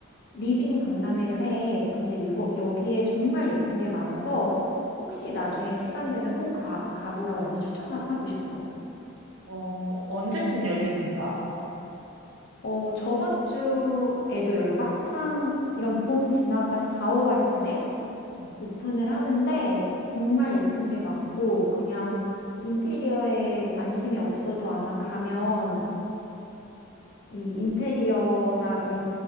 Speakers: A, on the left; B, on the right.
A: 리빙 박람회를 해. 근데 이거 여기에 정말 예쁜 게 많아서 혹시 나중에 시간 되면 꼭 가, 가보라고 나는 추천하고 싶어.
B: 어, 언제쯤 열리는 거야?
A: 어, 저번 주에도 열렸고 항상 이런 봄 지나고 한 4, 5월쯤에
B: 음,
A: 오픈을 하는데 정말 예쁜 게 많고 그냥 인테리어에 관심이 없어도 아마 가면 이 인테리어나 그런